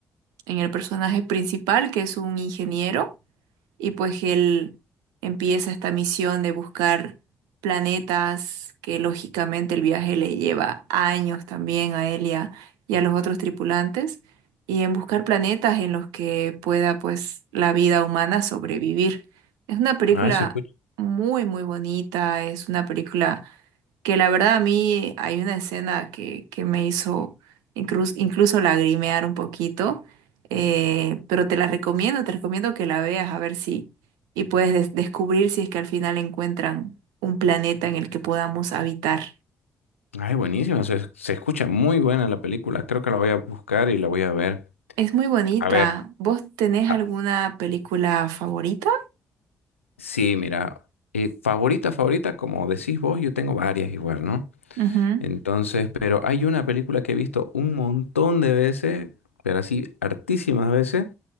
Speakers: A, on the right; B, on the left.
A: en el personaje principal, que es un ingeniero y pues él empieza esta misión de buscar planetas, que lógicamente el viaje le lleva años también a él y a, y a los otros tripulantes, y en buscar planetas en los que pueda pues la vida humana sobrevivir. Es una película
B: Ay, se escucha.
A: muy, muy bonita, es una película que la verdad a mí hay una escena que, que me hizo incluso, incluso lagrimear un poquito, eh, pero te la recomiendo, te recomiendo que la veas a ver si y puedes des- descubrir si es que al final encuentran un planeta en el que podamos habitar.
B: Ay, buenísimo. Se, se escucha muy buena la película. Creo que la voy a buscar y la voy a ver.
A: Es muy bonita.
B: A ver.
A: ¿Vos tenés
B: ah,
A: alguna película favorita?
B: sí, mira. eh, favorita, favorita, como decís vos, yo tengo varias igual, ¿no?
A: Ujú.
B: Entonces, pero hay una película que he visto un montón de veces, pero así hartísimas veces,